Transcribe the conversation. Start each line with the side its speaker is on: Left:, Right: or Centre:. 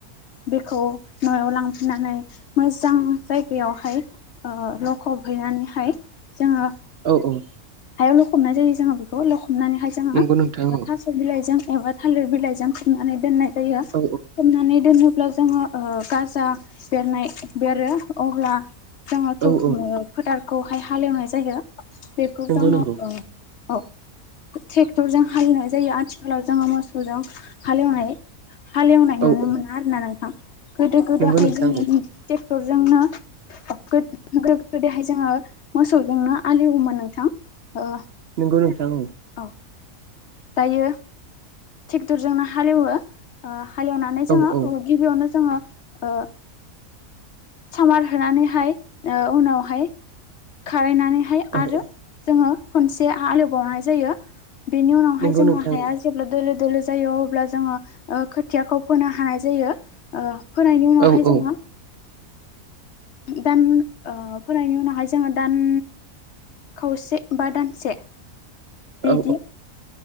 Left: बेखौ न'आव लांफैनानै मोजां जायगायावहाय ओ लखब हैनानैहाय जोङो
Right: औ औ
Left: हायाव लखबनाय जायो जोङो बेखौ लखबनानैहाय जोङो
Right: नंगौ
Left: ओ
Right: नोंथां
Left: थास स' बिलाइजों एबा थालिर बिलाइजों खोबनानै दोननाय जायो।
Right: औ
Left: खोबनानै दोनोब्ला जोंहा ओ गाजा बेरनाय बेरो अब्ला जोङो थु
Right: औ औ
Left: ओ फोथारखौहाय हालेवनाय जायो बेखौ
Right: नंगौ
Left: जोङो
Right: नंगौ
Left: ओ औ ट्रेक्टरजों हालेवनाय जायो आथिखालाव जोङो मोसौजों हालेवनाय हालेवनाय नुनो
Right: औ औ
Left: मोना आरोना नोंथां गोदो गोदोहाय
Right: नंगौ नोंथां
Left: जोङो
Right: औ
Left: ट्रेक्टरजोंनो गोदो गोदायहाय जोङो मोसौजोंनो आलि एवोमोनो नों थां ओ
Right: नंगौ नोंथां
Left: औ दायो ट्रेक्टरजोंनो हालेवो हालेवनानै
Right: औ
Left: जोङो
Right: औ
Left: गिबियावनो जोङो ओ सामार होनानैहाय ओ उनावहाय खारायनानैहाय
Right: औ
Left: आरो
Right: औ
Left: जोङो खनसे हाल एवबावनाय जायो। बेनि उनावहाय
Right: नंगौ
Left: जोंङो
Right: नोंथां
Left: हाया जेब्ला दोलो दोलो जायो अब्ला जोङो ओ खोथियाखौ फोनो हानाय जायो ओ फोनायनि उनावहाय
Right: औ औ
Left: जोङो दान ओ फरायनायनि उनावहाय जोङो दान खावसे बा दानसे बिदि
Right: औ